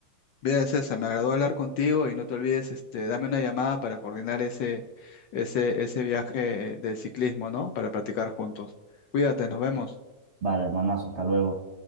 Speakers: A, on the left; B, on the right.
A: Bien, César, me agradó hablar contigo y no te olvides, este, dame una llamada para coordinar ese, ese, ese viaje eh, de ciclismo, ¿no? Para practicar juntos. Cuídate, nos vemos.
B: Vale, hermanazo, hasta luego.